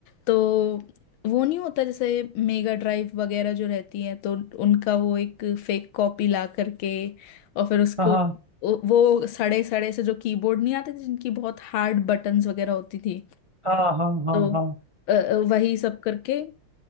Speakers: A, on the left; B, on the right.
A: तो वो नहीं होता जैसे मेगा ड्राइव वगैरह जो रहती है तो उनका वो एक फेक कॉपी ला करके और फिर उसको
B: हाँ हाँ
A: वो सड़े सड़े से जो कीबोर्ड नहीं आते थे जिनकी बहुत हार्ड बटन्स वगैरह होती थी
B: हाँ हाँ हाँ
A: तो
B: हाँ
A: अ, अ, वही सब करके